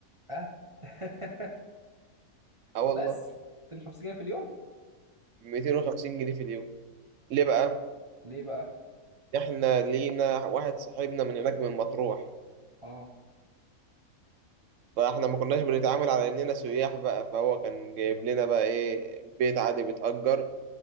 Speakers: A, on the right (about 25°); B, on the right (about 65°).
A: اه <laughs>
B: اه والله
A: بس 250 جنيه في اليوم
B: 250 جنيه في اليوم ليه بقى
A: لا. ليه بقى
B: احنا لينا واحد صاحبنا من هناك من مطروح
A: اه
B: فاحنا ما كناش بنتعامل على اننا سياح بقى فهو كان جايب لنا بقى ايه بيت عادي بيتأجر